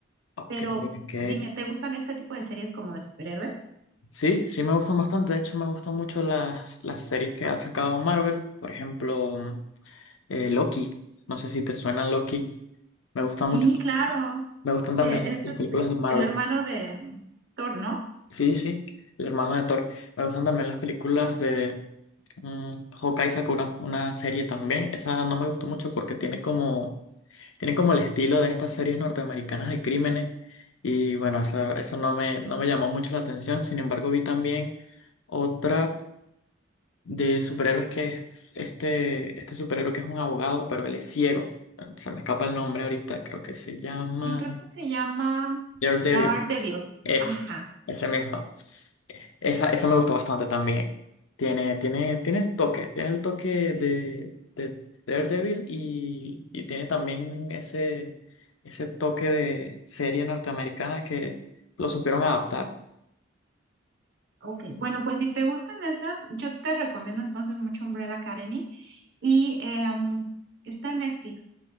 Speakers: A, on the left; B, on the right.
A: ok,
B: Pero
A: ok.
B: dime, ¿te gustan este tipo de series como de superhéroes?
A: Sí, sí me gustan bastante. De hecho, me gustan mucho las, las series que ha sacado Marvel. Por ejemplo, mm, eh, Loki. No sé si te suena Loki. Me gusta
B: Sí,
A: mucho.
B: claro.
A: Me gustan también
B: que Es
A: las
B: este,
A: películas de Marvel.
B: el hermano de mm, Thor, ¿no?
A: Sí, sí, el hermano de Thor. Me gustan también las películas de mm, Hawkeye sacó una, una serie también. Esa no me gustó mucho porque tiene como, tiene como el estilo de estas series norteamericanas de crímenes. Y bueno, eso, eso no me, no me llamó mucho la atención. Sin embargo, vi también otra. de superhéroes que es este, este superhéroe que es un abogado, pero él es ciego. Se me escapa el nombre ahorita, creo que se llama
B: Y creo que se llama
A: Daredevil.
B: Daredevil.
A: es
B: Ajá.
A: ese mismo. Esa, esa me gustó bastante también. Tiene, tiene, tiene toque, tiene el toque de, de Daredevil y, y tiene también ese, ese toque de serie norteamericana que lo supieron adaptar.
B: Ok. Bueno, pues si te gustan esas, yo te recomiendo entonces mucho Umbrella Academy. Y em, está en Netflix.